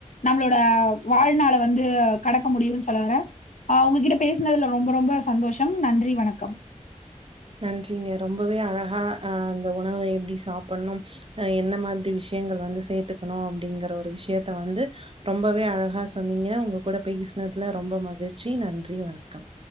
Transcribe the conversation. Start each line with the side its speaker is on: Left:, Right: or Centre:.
Left: நம்மளோட வாழ்நாள வந்து கடக்க முடியும்னு சொல்ல வறே உங்ககிட்ட பேசினதுல ரொம்ப ரொம்ப சந்தோஷம் நன்றி வணக்கம்
Right: நன்றிங்க ரொம்பவே அழகா அ அந்த உணவை எப்படி சாப்பிடணும் என்ன மாதிரி விஷயங்கள் வந்து சேர்த்துக்கணும் அப்படிங்கற ஒரு விஷயத்த வந்து ரொம்பவே அழகா சொன்னீங்க உங்க கூட பேசுனதுல ரொம்ப மகிழ்ச்சி நன்றி வணக்கம்